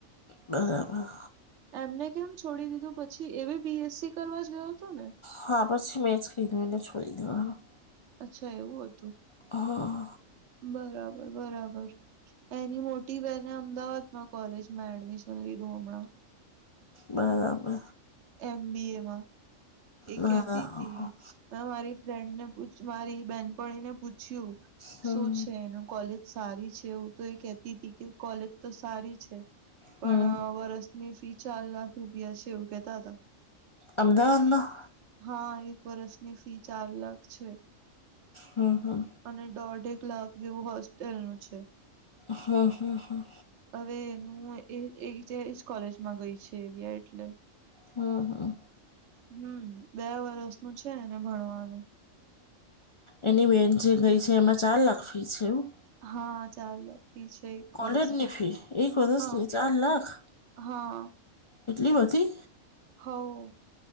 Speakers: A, on the left; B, on the right.
A: બરાબર.
B: એમને કેમ છોડી દીધું પછી એબી બીએસસી કરવા જ ગયો હતો ને
A: હા, પછી મેં જ કીધું એને છોડી દેવાનું.
B: અચ્છા એવું હતું
A: હા
B: બરાબર બરાબર એની મોટી બહેને અમદાવાદ માં કોલેજમાં એડમિશન લીધું હમણાં
A: બરાબર
B: એમ બી એ માં એ
A: બરાબર
B: કેતી હતી મે મારી ફ્રેન્ડ ને પૂછ મારી બેહેનપણી ને પૂછ્યું
A: હમ
B: શું છે એનું કોલેજ સારી છે એવું તો એ કેતી તી કે કોલેજ તો સારી છે પણ
A: હમ
B: વરસની ફી ચાર લાખ રૂપિયા છે એવું કેતા હતા
A: અમદાવાદમાં
B: હા એક વર્ષની ફી ચાર લાખ છે
A: હમ હમ
B: અને દોઢે એક લાખ જેવું હોસ્ટેલ નું છે.
A: હમ હમ હા.
B: હવે નું એજ એજ એજ કોલેજમાં ગઈ છે એવી એટલે.
A: હા હા.
B: હમ બે વરષ નું છે એને ભણવાનું
A: એની વેન જે ગઈ છે એમાં ચાર લાખ ફી છે એવું
B: હા ચાલે ફી છે એક
A: કોલેજ
B: વરસની
A: ની ફી એક વર્ષની
B: હા
A: ચાર લાખ
B: હા
A: એટલી બધી
B: હવ